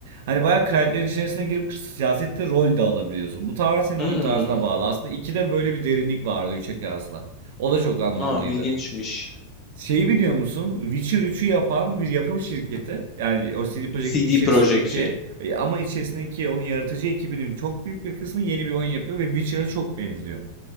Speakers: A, on the right; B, on the left.
A: hani bayağı kraliyetlerin içerisine girip siyasette rol de alabiliyorsun. Bu tamamen senin
B: Hmm.
A: oyun tarzına bağlı. Aslında 2'de böyle bir derinlik vardı 3'e kıyasla. O da çok anlamlıydı.
B: Aa, ilginçmiş.
A: Şeyi biliyor musun? Witcher 3'ü yapan bir yapım şirketi. Yani o CD Projekt'in
B: CD
A: içerisindeki
B: Projekt şey.
A: e, ama içerisindeki onun yaratıcı ekibinin çok büyük bir kısmı yeni bir oyun yapıyor ve Witcher'a çok benziyor.